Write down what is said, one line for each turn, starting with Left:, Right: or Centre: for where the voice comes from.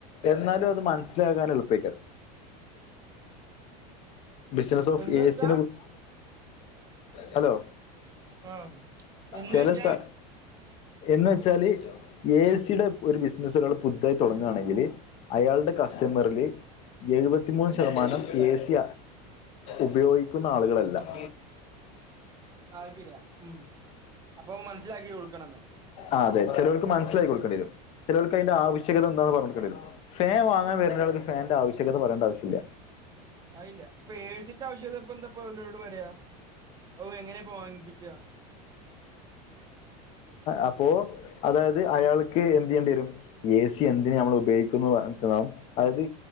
Left: എന്നാലും അത് മനസ്സിലാകാൻ എളുപ്പയ്ക്കും ബിസിനസ് ഓഫ്
Right: എന്ന്
Left: എ
Right: വെച്ചാ
Left: സി നെ കുറിച്ച് ഹലോ
Right: ആഹ് എന്ന്
Left: ചെല
Right: വെച്ചാ
Left: സ്ഥല എന്ന് വെച്ചാല് എ സി യുടെ ഒരു ബിസിനസ്സ് ഒരാൾ പുതുതായി തുടങ്ങുകയാണെങ്കില് അയാളുടെ കസ്റ്റമറില് എഴുപത്തിമൂന്ന് ശതമാനം ഏ സി ഉപയോഗിക്കുന്ന ആളുകളല്ല <inaudible>
Right: അത് ശരിയാ ഉം അപ്പൊ മനസ്സിലാക്കി കൊടുക്കണംന്ന്
Left: ആഹ് അതെ ചിലവർക്ക് മനസ്സിലാക്കി കൊടുക്കേണ്ടി വരും, ചിലവർക്ക് അതിന്റെ
Right: ഉം
Left: ആവശ്യം ശ്യകത എന്താന്ന് പറഞ്ഞ് കൊട്ക്കണ്ടി വരും. ഫാൻ വാങ്ങാൻ വരുന്ന ഒരാൾക്ക് ഫാനിൻ്റെ ആവശ്യകത പറേണ്ട ആവശ്യല്ല
Right: അയില്ല. ഇപ്പ എ സി ന്റെ ആവശ്യകത ഇപ്പ എന്താപ്പ അവരോട് പറയാ? അവരെ എങ്ങനെപ്പോ വാങ്ങിപ്പിക്കുക
Left: അപ്പോ അതായത് അയാൾക്ക് എന്ത് ചെയ്യേണ്ടി വരും എ സി എന്തിന് നമ്മൾ ഉപയോഗിക്കുന്നു <unintelligible> അതായത്